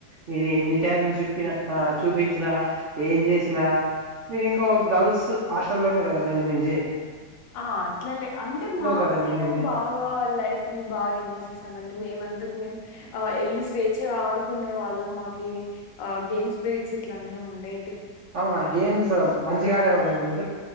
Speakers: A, on the right (about 70°); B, on the left (about 75°).
A: మీరు ఎన్ని టాలెంట్ జెప్పిన, ఆ చూపించినా ఏం చేసినా, మీరింక గర్ల్స్ హాస్టల్లోనే గదండీ ఉండింది
B: ఆ అట్లలె అంటే మాకు
A: కదండి
B: మేము
A: ఉన్నింది
B: బాగా లైఫ్ ని బాగా ఎంజాయ్ చేసామండి, మేమందకు మేం ఆ ఎల్ స్వే చ్చగా ఆడుకునే వాళ్ళం మాకి ఆ గేమ్స్ పిరిడ్స్ ఇట్ల అన్నీ ఉండే
A: అవునా గేమ్స్ మం చిగ ఆడేవాళ్లండి మీ